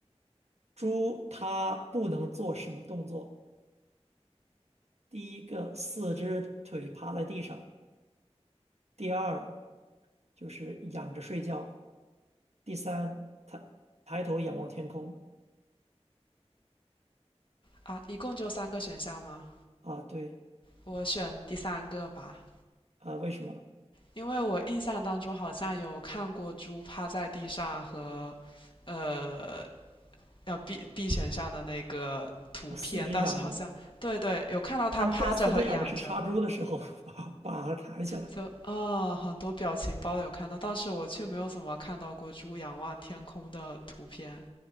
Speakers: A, on the right (about 75°); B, on the left (about 50°).
A: 猪，它不能做什么动作？第一个，四只腿趴在地上；第二，就是仰着睡觉；第三，抬抬头仰望天空。
B: 啊，一共就三个选项吗？
A: 啊，对，
B: 我选第三个吧，
A: 啊，为什么？
B: 因为我印象当中好像有看过猪趴在地上和，呃，要 B B 选项的那个图片，
A: 啊，四肢仰着，
B: 但是好像对对，有看到它趴着和仰着。
A: 但但四肢仰着是杀猪的时候 <laughs> 把把它抬起来。
B: 就啊，很多表情包有看到，但是我却没有怎么看到过猪仰望天空的图片。